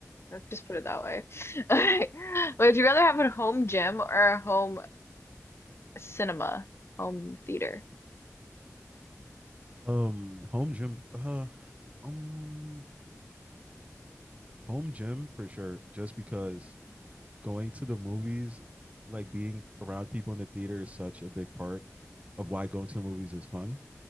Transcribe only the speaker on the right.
Um home gym uh um home gym for sure just because going to the movies like being around people in the theater is such a big part of why going to the movies is fun